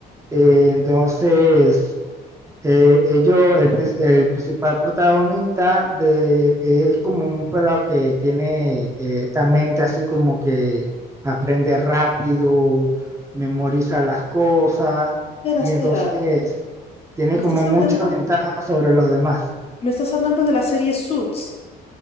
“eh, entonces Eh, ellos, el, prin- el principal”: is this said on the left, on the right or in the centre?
Right